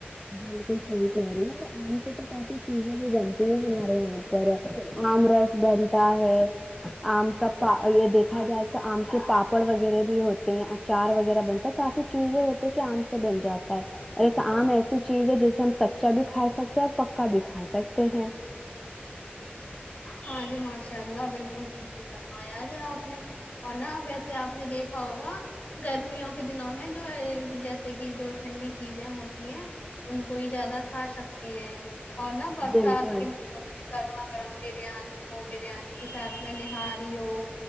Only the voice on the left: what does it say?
ہاں جی ماشاء اللہ بالکل صحیح فرمایا جی آپ نے اور نا ویسے آپ نے دیکھا ہوگا گرمیوں کے دنوں میں جو جیسے کہ جو ٹھنڈی چیزیں ہوتی ہیں ان کو ہی زیادہ کھا سکتے ہیں اور نہ برسات
کے موسم سے گرمآ گرم بریانی ہو بریانی کے ساتھ میں نہاری ہو